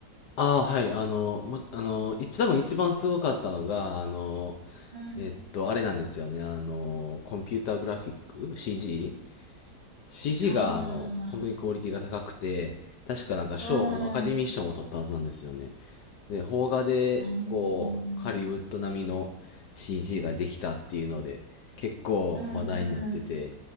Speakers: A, on the left; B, on the right.
A: ああ、はい、あの、も、あの、一、多分一番すごかったのが、あの、
B: うん。
A: えっと、あれなんですよね、あの、コンピューターグラフィック ?CG?CG
B: ああ。
A: が、あの、本当にクオリティが高くて、確かなんか賞、
B: うん。
A: あの、アカデミー賞も取ったはずなんですよね。
B: うん。
A: で、邦画で、
B: うん
A: こう、ハリウッド並みの CG ができたっていうので、結構話題になってて、
B: うん。うん。